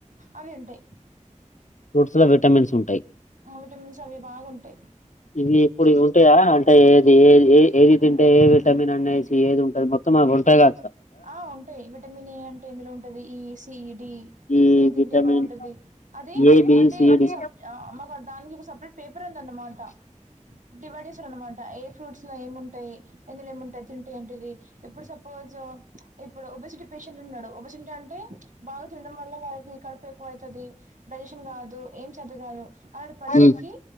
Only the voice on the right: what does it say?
అవి ఉంటాయి.
ఆ విటమిన్స్ అవి బాగుంటాయ్.
ఆ ఉంటాయి విటమిన్ ఏ అం టెందులో ఉంటది E C D
A దింటే
బాగుంటది అది
అంటే
ఒక
సప్ ఆ మాకు దానికి ఒక సపరేట్ పేపర్ ఉందన్నమాట డివైడ్ చేస్తారు అనమాట ఏ ఫ్రూట్స్ లో ఏముంటాయి ఎందులో ఏముంటాయి <unintelligible> ఏంటిది ఇప్పుడు సపోజ్ ఇప్పుడు ఒబెసిటీ పేషెంట్ ఉన్నాడు. ఒబెషింటి అంటే బాగా తినడం వల్ల వారికి కడుపు ఎక్కువ అయితది. డైజెషన్ కాదు ఏం చద్ది కాదు అలాంటి పర్సన్
కి